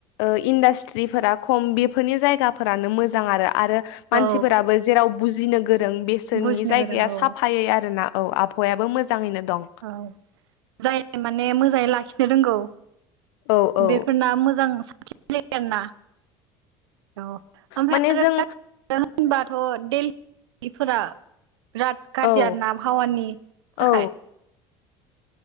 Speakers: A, on the left; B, on the right.
A: ओ इन्डास्ट्रिफोरा खम बेफोरनि जायगाफोरानो मोजां आरो आरो मानसिफोराबो
B: औ
A: जेराव बुजिनो गोरों बेसोरनि
B: बुजिनो
A: जायगाया
B: गोरों औ
A: साफायै आरोना औ आबहावायाबो मोजाङैनो दं
B: औ जाय माने मोजाङै लाखिनो रोंगौ
A: औ औ
B: बेफोरना मोजां <unintelligible> आरोना औ ओमफ्राय
A: माने
B: आरो
A: जों
B: <unintelligible> होनबाथ' देल <unintelligible> फोरा बिराद गाज्रि
A: औ
B: ना आबहावानि थाखाय
A: औ